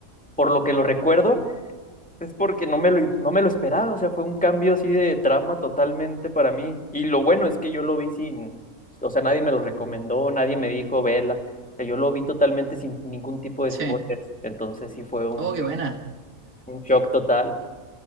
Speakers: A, in the centre; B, on the right.
A: por lo que lo recuerdo, Es porque no me lo, no me lo esperaba, o sea, fue un cambio así de trama totalmente para mí. Y lo bueno es que yo lo vi sin, o sea, nadie me lo recomendó, nadie me dijo, vela. O sea, yo lo vi totalmente sin ningún tipo de
B: Sí.
A: spoilers. Entonces sí fue un,
B: Oh, qué buena,
A: un shock total.